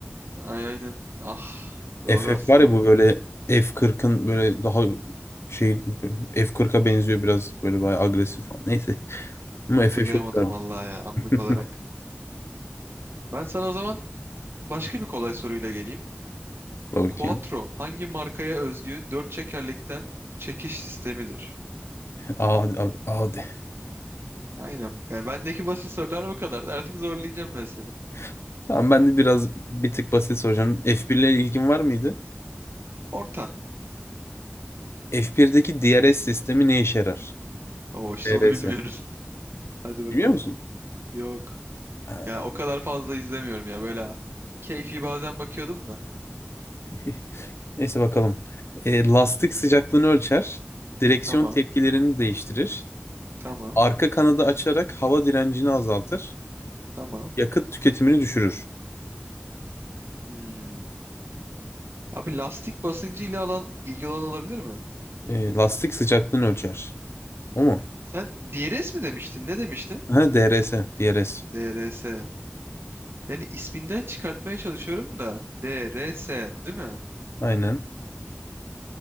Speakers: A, on the right; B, on the left.
A: Ay, aynen. Ah.
B: <laughs>
A: Doğru
B: FF
A: aslında
B: var ya bu böyle F40'ın böyle daha şey F40'a benziyor biraz böyle bayağı agresif falan. Neyse. Ama
A: Hatırlayamadım
B: FF çok güzel.
A: vallahi ya anlık
B: <laughs>
A: olarak. Ben sana o zaman başka bir kolay soruyla geleyim.
B: Bakayım.
A: Quattro hangi markaya özgü dört çekerlikten çekiş sistemidir?
B: Aa A, A de.
A: Aynen. Yani bendeki basit sorular bu kadar. Artık zorlayacağım ben seni.
B: <laughs> Tamam ben de biraz bir tık basit soracağım. F1 ile ilgin var mıydı?
A: Orta.
B: F1'deki DRS sistemi ne işe yarar?
A: Oo işte
B: DRS.
A: onu bilmiyorum. <laughs> Hadi bakalım.
B: Biliyor musun?
A: Yok.
B: Ha,
A: Ya o kadar fazla izlemiyorum ya böyle. ha. Keyfi bazen bakıyordum da.
B: <laughs> Neyse bakalım. E, lastik sıcaklığını ölçer. Direksiyon
A: Tamam.
B: tepkilerini değiştirir.
A: Tamam.
B: Arka kanadı açarak hava direncini azaltır.
A: Tamam.
B: Yakıt tüketimini düşürür.
A: Hmm. Abi lastik basıncı ile alan ilgili olan olabilir mi?
B: E, lastik sıcaklığını ölçer. O mu?
A: Sen DRS mi demiştin? Ne demiştin?
B: Ha, DRS. DRS.
A: DRS. Yani isminden çıkartmaya çalışıyorum da. D, R, S, değil mi?
B: Aynen.